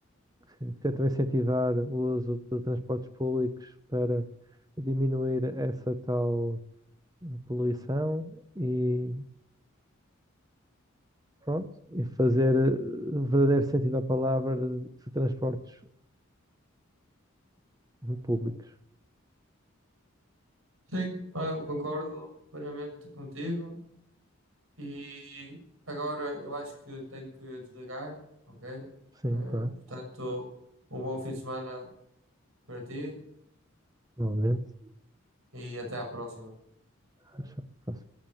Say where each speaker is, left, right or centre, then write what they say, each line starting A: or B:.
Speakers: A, on the right (about 20°); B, on the right (about 80°).
A: que tentam incentivar o uso de transportes públicos para diminuir essa tal poluição e pronto, e fazer eh, o verdadeiro sentido da palavra de de transportes públicos.
B: Sim, eu concordo plenamente contigo. E agora eu acho que tenho que desligar, ok?
A: Sim,
B: Eh,
A: claro.
B: portanto, um bom fim de semana para ti
A: normalmente
B: e até à próxima.
A: Acho que